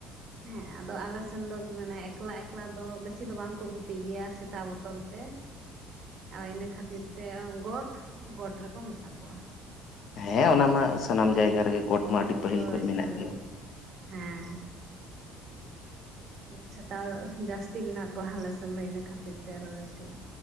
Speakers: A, on the right; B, on the left.
A: ᱦᱮᱸ ᱟᱫᱚ ᱟᱞᱮᱥᱮᱱ ᱫᱚ ᱢᱟᱱᱮ ᱮᱠᱞᱟ ᱮᱠᱞᱟ ᱫᱚ ᱵᱮᱥᱤ ᱫᱚ ᱵᱟᱝᱠᱚ ᱜᱩᱯᱤ ᱜᱮᱭᱟ ᱥᱮᱛᱟ ᱵ ᱵᱚᱛᱚᱨ ᱛᱮ ᱤᱱᱟᱹ ᱠᱷᱟᱹᱛᱤᱨ ᱛᱮ ᱜᱚᱴ ᱜᱚᱴ ᱨᱮᱠᱚ ᱢᱮᱥᱟ ᱠᱚᱜ-ᱟ
B: ᱦᱮᱸ ᱚᱱᱟ ᱢᱟ ᱥᱟᱱᱟᱢ ᱡᱟᱭᱜᱟ ᱨᱮᱜᱮ ᱠᱳᱴ ᱢᱟ ᱟᱹᱰᱤ ᱯᱟᱹᱦᱤᱞ
A: ᱦᱳᱭ
B: ᱠᱷᱚᱡ ᱢᱮᱱᱟᱜ
A: ᱦᱳᱭ
B: ᱜᱮᱭᱟ
A: ᱦᱮᱸ ᱩᱱᱠᱩ ᱥᱮᱛᱟ ᱡᱟᱹᱥᱛᱤ ᱢᱮᱱᱟᱜ ᱠᱚᱣᱟ ᱟᱞᱮᱥᱮᱱ ᱫᱚ ᱤᱱᱟᱹ ᱠᱷᱟᱹᱛᱤᱨ ᱛᱮ ᱟᱨᱚ ᱵᱮᱥᱤ